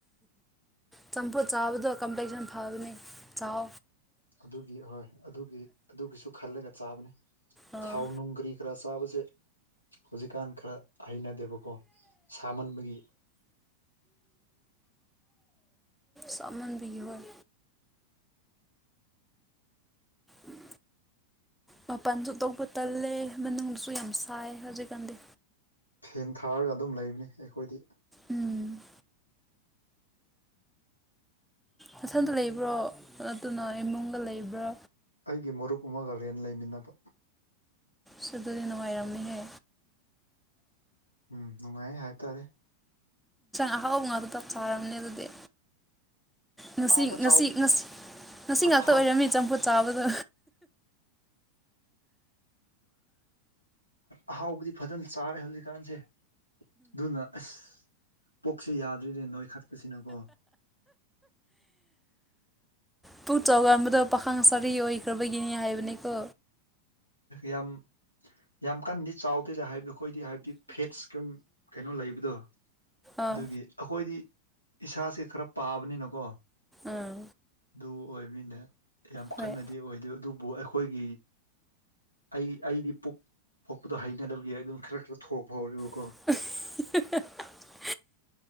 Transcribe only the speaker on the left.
ꯑꯗꯨꯒꯤ ꯑꯣꯏ ꯑꯗꯨꯒꯤ ꯑꯗꯨꯒꯤꯁꯨ ꯈꯜꯂꯒ ꯆꯥꯕꯅꯤ
ꯊꯥꯎ ꯂꯣꯡꯒꯔꯤ ꯈꯔ ꯆꯥꯕꯁꯦ ꯍꯧꯖꯤꯛꯀꯥꯟ ꯈꯔ ꯍꯩꯅꯗꯦꯕꯀꯣ ꯁꯥꯃꯟꯕꯒꯤ
ꯐꯦꯟ ꯊꯥꯔꯒ ꯑꯗꯨꯝ ꯂꯩꯕꯅꯤ ꯑꯩꯈꯣꯏꯗꯤ
ꯑꯩꯒꯤ ꯃꯔꯨꯞ ꯑꯃꯒ ꯔꯦꯟ ꯂꯩꯃꯤꯟꯅꯕ
ꯎꯝ ꯅꯨꯡꯉꯥꯏ ꯍꯥꯏꯇꯥꯔꯦ
ꯍꯥꯎꯕ
ꯆꯥꯎ
ꯑꯍꯥꯎ
ꯑꯍꯥꯎꯕꯗꯤ ꯐꯖꯅ ꯆꯥꯔꯦ ꯍꯧꯖꯤꯛꯀꯥꯟꯁꯦ ꯑꯗꯨꯅ ꯑꯁ ꯄꯣꯛꯁꯤ ꯌꯥꯗ꯭ꯔꯤꯅꯦ ꯅꯣꯏ ꯈꯠꯀꯁꯤꯅꯀꯣ
ꯌꯥꯝ ꯌꯥꯝ ꯀꯟꯗꯤ ꯆꯥꯎꯗꯦꯗ ꯍꯥꯏꯕꯤꯌꯨ ꯑꯩꯈꯣꯏꯗꯤ ꯍꯥꯏꯕꯗꯤ ꯐꯦꯠꯁꯀꯝ ꯀꯩꯅꯣ ꯂꯩꯕꯗꯣ
ꯑꯗꯨꯒꯤ ꯑꯩꯈꯣꯏꯗꯤ ꯏꯁꯥꯁꯦ ꯈꯔ ꯄꯥꯕꯅꯤꯅꯀꯣ ꯑꯗꯨ
ꯑꯣꯏꯅꯤꯅꯦ ꯌꯥꯝ
ꯀꯟꯅꯗꯤ ꯑꯣꯏꯗꯣꯏ ꯑꯗꯨꯕꯨ ꯑꯩꯈꯣꯏꯒꯤ ꯑꯩ ꯑꯩꯗꯤ ꯄꯣꯛꯄꯗꯣ ꯍꯩꯅꯔꯒꯦ ꯑꯗꯨꯝ ꯈꯔ ꯈꯔ ꯊꯣꯛ ꯍꯧꯔꯤꯕ